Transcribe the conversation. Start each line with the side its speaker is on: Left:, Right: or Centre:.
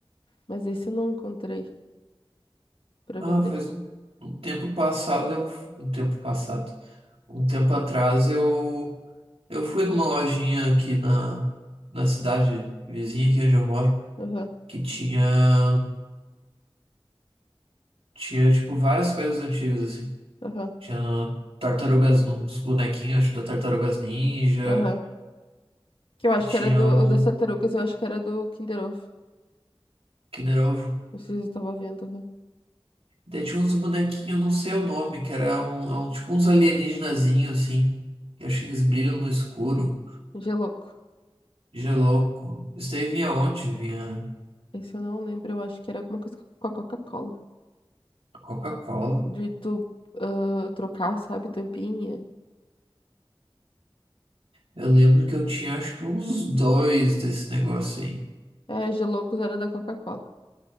Left: mas esse eu não encontrei pra
Right: ah,
Left: vender.
Right: faz um, um tempo passado, eu, um tempo passado, um tempo atrás eu, eu fui numa lojinha aqui na, na cidade vizinha aqui onde eu moro,
Left: Aham,
Right: que tinha, tinha tipo várias coisas antigas assim.
Left: aham,
Right: Tinha tartarugas, uns bonequinhos acho, da Tartarugas Ninja,
Left: aham. Que eu acho
Right: E tinha
Left: que era do,
Right: um
Left: o das tartarugas, eu acho que era do Kinder Ovo.
Right: Kinder Ovo.
Left: Não sei se eu tava vendo, aham.
Right: Daí tinha uns bonequinhos, eu não sei o nome, que era um, é um- tipo uns alienígenazinhos, assim. Que acho que eles brilham no escuro.
Left: Gelouco.
Right: Geloco. Isso daí vinha onde? Vinha
Left: Esse eu não lembro, eu acho que era alguma coisa com a Coca-Cola.
Right: a Coca-Cola.
Left: de tu ah, trocar, sabe, tampinha.
Right: Eu lembro que eu tinha acho que uns dois desse negócio aí.
Left: É, Geloucos era da Coca-Cola.